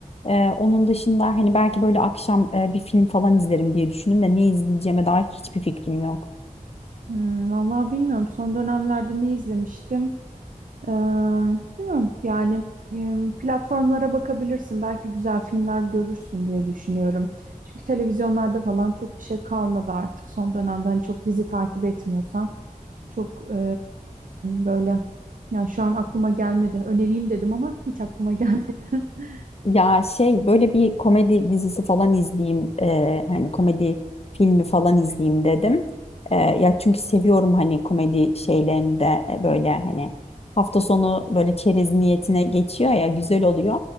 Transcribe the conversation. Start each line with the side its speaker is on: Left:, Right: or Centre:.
Left: Ee, onun dışında hani belki böyle akşam e, bir film falan izlerim diye düşündüm de ne izleyeceğime dair hiçbir fikrim yok.
Right: Hmm, vallahi bilmiyorum. Son dönemlerde ne izlemiştim? Ee, bilmiyorum yani e, platformlara bakabilirsin. Belki güzel filmler görürsün diye düşünüyorum. Çünkü televizyonlarda falan çok bir şey kalmadı artık son dönemde. Hani çok dizi takip etmiyorsan çok e, böyle yani şu an aklıma gelmedi. Önereyim dedim ama hiç aklıma gelmedi. <laughs>
Left: Ya şey böyle bir komedi dizisi falan izleyeyim e, hani komedi filmi falan izleyeyim dedim. E, ya çünkü seviyorum hani komedi şeylerini de e, böyle hani hafta sonu böyle çerez niyetine geçiyor ya güzel oluyor.